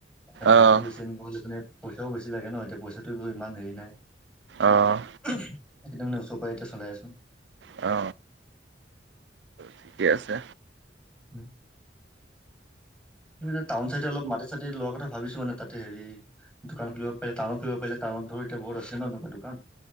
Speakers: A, in the centre; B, on the right.
A: তে মালটো
B: অ',
A: বেছিআনিব হ'লে মানে, পইচাও বেছি লাগে ন এতিয়া পইচাটো ইমান হেৰি নাই।
B: অ',
A: একদম মানে ওচৰ পৰাই এতিয়া চলাই আছো।
B: অ। ঠিকে আছে।
A: উম। ইপিনে টাউন চাইডে অলপ মাটি-চাতি লোৱাৰ কথা ভাবিছো মানে তাতে হেৰি, দোকান খুলিব পাৰি। টাউনত খুলিব পাৰিলে টাউনত ধৰ বহুত আছে ন এনেকুৱা দোকান।